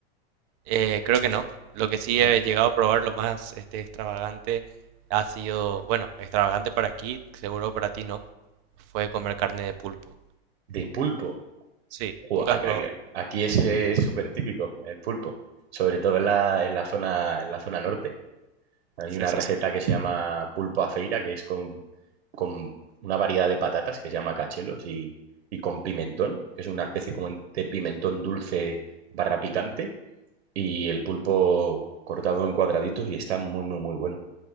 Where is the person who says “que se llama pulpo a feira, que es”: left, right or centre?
Right